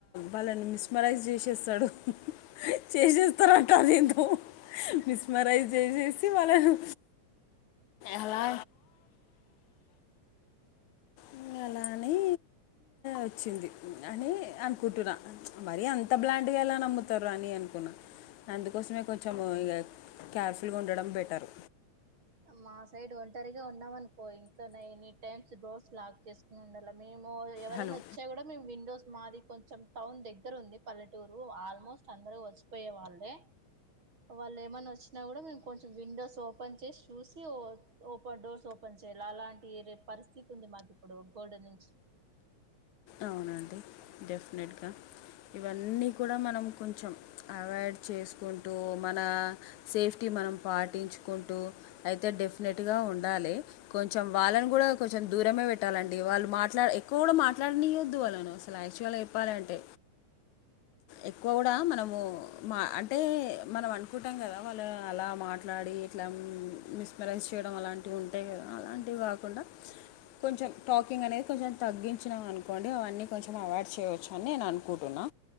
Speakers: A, on the left; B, on the right.
A: వాళ్ళని మిస్మరైజ్ చేసేస్తాడు చేసేస్తారంటదేదో మిస్మరైజ్ చేసేసి వాళ్ళను అలా ఇంగ అలా అని వచ్చింది అని అనుకుంటున్నా మరి అంత బ్లాండ్ గా ఎలా నమ్ముతారు అని అనుకున్నా అందుకోసమే కొంచెం ఇక కేర్ఫుల్గా ఉండడం బెటరు
B: మా సైడ్ ఒంటరిగా ఉన్నామనుకో ఇంట్లోనే ఎనీ టైమ్స్ డోర్స్ లాక్ చేసు ఉండాల మేము ఎవరైనా
A: హలో
B: వచ్ తే కూడా మేము విండోస్ మాది కొంచెం టౌన్ దగ్గరుంది పల్లెటూరు. ఆల్మోస్ట్ అందరూ వచ్చిపోయే వాళ్ళే వాల్లేమైన్నా వచ్చినా కూడా మేము కొంచెం విండోస్ ఓపెన్ చేసి చూసి ఓ ఓపన్ డోర్స్ ఓప్ పని చేల లాంటి పరిస్థితి ఉంది మాకిప్పుడు గోడ నుంచి
A: అవునండి డెఫినెట్గా ఇవన్నీ కూడా మనం కొంచెం అవాయిడ్ చేసుకుంటూ మన సేఫ్టీ మనం పాటించుకుంటూ అయితే డెఫినెట్ గా ఉండాలి కొంచెం వాళ్ళని కూడా కొంచెం దూరమే పెట్టాలండి వాళ్ళు మాట్లాడ ఎక్కువ కూడా మాట్ అట్లా అన్నియ్యొద్దు వాళ్ళనసలు యాక్చువల్ గా చెప్పాలంటే ఎక్కువ కూడా మనము మా అంటే మనం అనుకుంటాం కదా వాళ్ళు అలా మాట్లాడి ఇట్లా మిస్మెరైజ్ చేయడం అలాంటివుంటాయి కదా అలాంటివి కాకుండా కొంచెం టాకింగ్ అనేది కొంచెం తగ్గిం వచ్చినాం అనుకోండి అవన్నీ కొంచెం అవాయిడ్ చేయవచ్చని నేననుకుటున్నా